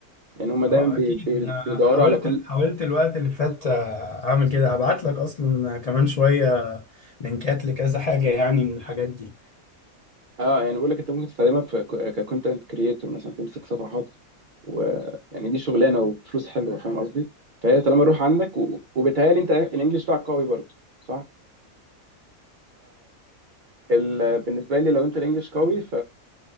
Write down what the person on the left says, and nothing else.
اه
اكيد
انا
حاولت
حاولت الوقت اللي فات آه، اعمل كده هبعت لك اصلا كمان شويه لينكات لكذا حاجه يعني من الحاجات دي